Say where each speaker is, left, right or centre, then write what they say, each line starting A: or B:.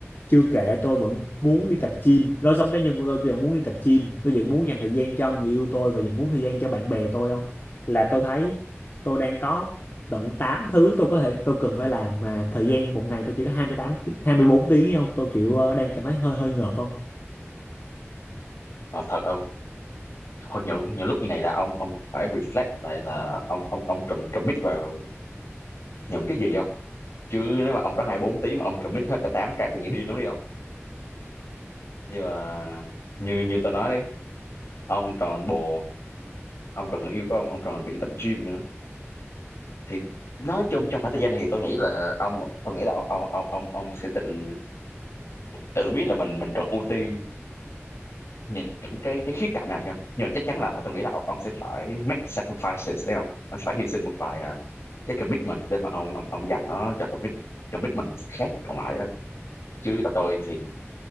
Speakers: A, on the left; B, on the left.
A: chưa kể tôi vẫn muốn đi tập gym lối sống cá nhân của tôi tôi vẫn muốn đi tập gym tôi vẫn muốn dành thời gian cho người yêu tôi và vẫn muốn thời gian cho bạn bè tôi không là tôi thấy tôi đang có tận 8 thứ tôi có thể tôi cần phải làm mà thời gian một ngày tôi chỉ có 28 tí- 24 tiếng ấy không tôi kiểu ờ, đang cảm thấy hơi hơi ngợp không
B: Mà thật không Hồi nhiều nhiều lúc như này là ông ông phải reflect lại là ông ông ông cần commit vào những cái gì không chứ nếu mà ông có hai bốn tiếng mà ông commit hết cả tám cái thì nghe điên lắm đi không nhưng mà như như tôi nói đấy ông tròn bồ ông tròn người yêu của ông ông tròn bị tập gym nữa thì nói chung trong khoảng thời gian này thì tôi nghĩ là ông tôi nghĩ là ông ông ông ông, ông sẽ tự tự biết là mình mình cần ưu tiên những những cái cái khía cạnh nào không nhưng mà chắc chắn là tôi nghĩ là ông, ông sẽ phải make sacrifices đấy không ông sẽ phải hy sinh một vài à, cái commitment để mà ông ông, ông dành nó cho commit commitment khác còn lại á chứ là tôi thì